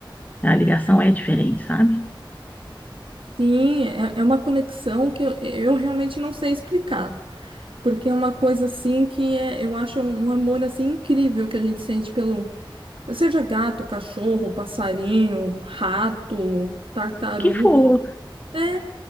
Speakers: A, on the left; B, on the right.
A: A ligação é diferente, sabe?
B: sim, é, é uma conexão que eu, eu realmente não sei explicar. Porque é uma coisa assim que é, eu acho um um amor assim incrível que a gente sente pelo, seja gato, cachorro, passarinho, rato, tartaruga.
A: que for.
B: É,